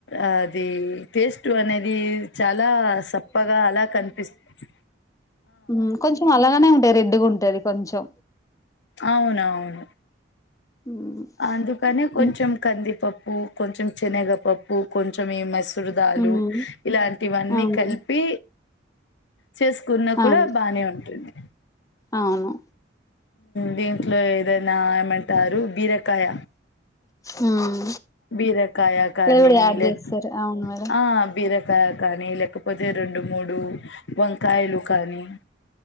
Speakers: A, on the left (about 65°); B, on the left (about 20°).
A: అది టేస్ట్ అనేది. చాలా సప్పగా అలా కనిపిస్తుంది.
B: ఇంకొంచెం అలాగనే ఉంటాయి రెడ్డుగా ఉంటుది కొంచెం
A: అవున అవును
B: హ్మ్.
A: అందుకనే కొంచెం
B: హ్మ్.
A: కందిపప్పు. కొంచెం శనగపప్పు కొంచెం ఈ మైసూరు దాలు
B: హ్మ్.
A: ఇలాంటివన్నీ
B: అవును
A: కలిపి. చేసుకున్నా
B: అవును
A: కూడా బానే ఉంటుంది.
B: అవును.
A: దీంట్లో ఏదైనా ఏమంటారు బీరకాయ.
B: హ్మ్.
A: బీరకాయ కానీ
B: కూడా యాడ్
A: లేకపో
B: చేస్తారు అవును మేడం
A: ఆహ్ బీరకాయ. కానీ లేకపోతే రెండు మూడు వంకాయలు కానీ.